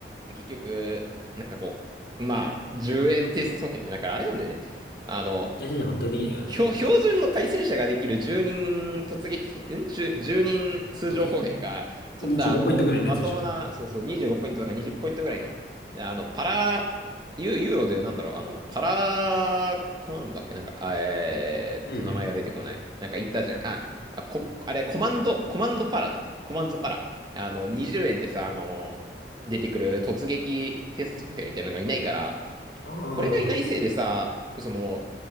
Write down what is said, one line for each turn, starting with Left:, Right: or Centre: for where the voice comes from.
Right: で結局、なんかこう、まあ、10円偵察歩兵じゃなくて、あれなんだよね。あの、
Left: 対戦者全くできないからね、
Right: 標標準の対戦車ができる10人突撃、
Left: こいつら。
Right: ん ?10 人通常歩兵か、
Left: 突撃。
Right: とったあの、
Left: 25ポイントぐらいのやつでしょ
Right: まともな、そうそう、25ポイントとか20ポイントぐらいの、あの、パラ、ユユーロでなんだろう、あの、パラコマンドだっけなんか、あえーっと、
Left: うんうんうん。
Right: 名前が出てこない。なんか言ったじゃん。あ、あ、こ、あれ、コマンド、コマンドパラだ。コマンズパラ。あの、20円でさ、あの、出てくる突撃偵察歩兵みたいなのがいないから、
Left: あ
Right: これがいないせいでさ、
Left: あ、
Right: その、